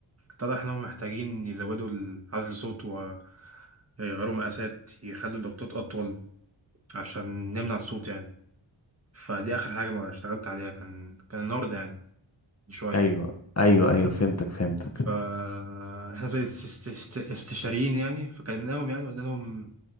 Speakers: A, on the right; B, on the left.
A: اتضح إنهم محتاجين يزودوا ال- عزل صوت ويغيروا مقاسات يخلوا الضغطات أطول عشان نمنع الصوت يعني فدي آخر حاجة ما اشتغلت عليها كان كان النهاردة يعني من شوية
B: ايوه ايوه ايوه فهمتك فهمتك
A: فاحنا زي است- است- است- استشاريين يعني فكلمناهم يعني قلنا لهم